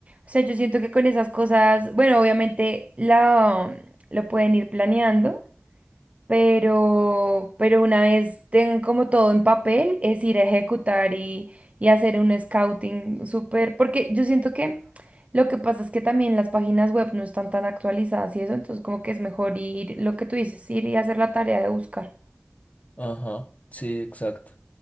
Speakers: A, on the right (about 35°); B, on the left (about 35°).
A: sea, yo siento que con esas cosas, bueno, obviamente la, lo pueden ir planeando, pero, pero una vez tengan como todo en papel, es ir a ejecutar y, y hacer un scouting súper, porque yo siento que lo que pasa es que también las páginas web no están tan actualizadas y eso, entonces como que es mejor ir, lo que tú dices, ir y hacer la tarea de buscar.
B: Ajá, sí, exacto.